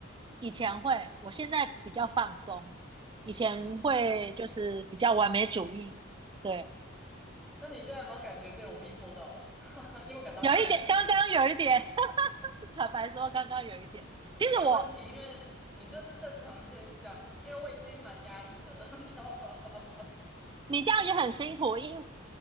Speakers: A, on the right; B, in the centre.
A: 以前会，我现在比较放松。以前会就是比较完美主义，
B: 哦，
A: 对，
B: 那你现在有没有感觉被我逼迫到了？<laughs> 你有没有感到压力了？
A: 有一点，刚刚有一点，<laughs> 坦白说，刚刚有一点。其实我
B: 没问题，因为你这是正常现象，因为我已经蛮压抑的了，<laughs> 你知道吗？
A: 你这样也很辛苦，因为